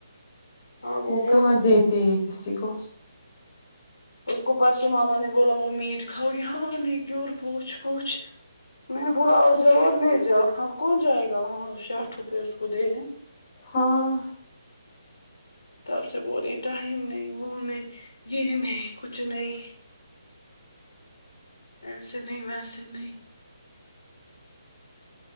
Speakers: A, on the left; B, on the left.
A: ہاں
B: وہ
A: بولی
B: کہاں دیتے ہے کسی کو
A: <unintelligible> اس کو پرسو ماما نے بولا وہ میٹ کاؤ گی ہاں نہیں کیوں اور پوچھ پوچھ میں نے بولا آ جاؤ اور لے جاؤ آپ کون جائے گا وہاں ساٹھ روپئے اس کو دینے
B: ہاں
A: تپ سے بول رہے ٹائم نہیں وہ نہیں یہ نہیں کچھ نہیں ویسے نہیں ویسے نہیں